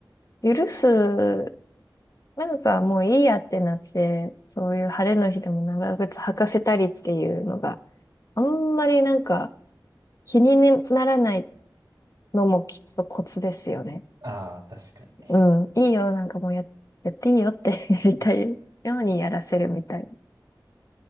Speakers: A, on the left (about 45°); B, on the right (about 45°).
A: 許す、なんかもういいやってなって、そういう晴れの日でも長靴履かせたりっていうのがあんまりなんか気にならないのもきっとコツですよね。
B: ああ、確かに。
A: うん。いいよ。なんかもうや、やっていいよって <laughs> やりたいようにやらせるみたい。